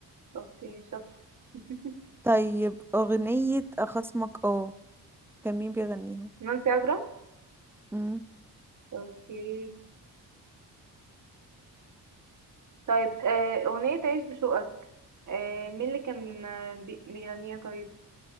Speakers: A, on the right; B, in the centre.
A: اوكي شاطر <laughs>
B: طيب أغنية أخصمك اه كان مين بيغنيها
A: نانسي عجرم
B: مم.
A: اوكي طيب آه، أغنية عيش بشوقك آه، مين اللي كان آه، بي- بيغنيها طيب